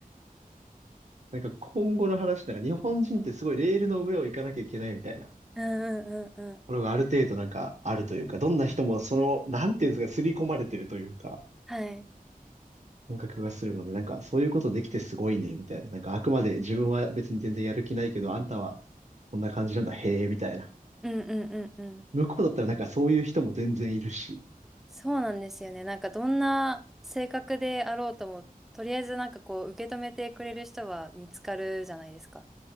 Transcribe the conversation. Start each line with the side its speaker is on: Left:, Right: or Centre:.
Right: なんか今後の話、なんか日本人ってすごいレールの上を行かなきゃいけないみたいなと
Centre: うんうんうんうん。
Right: ころがある程度なんかあるというか、どんな人もその、なんていうんですか、刷り込まれてるというか、
Centre: はい。
Right: 感覚がするので、なんかそういうことできてすごいね、みたいな。なんかあくまで自分は別に全然やる気ないけど、あんたはこんな感じなんだ、へえ、みたいな。
Centre: うんうんうんうん。
Right: 向こうだったらなんかそういう人も全然いるし。
Centre: そうなんですよね。なんかどんな性格であろうとも、とりあえずなんかこう受け止めてくれる人は見つかるじゃないですか。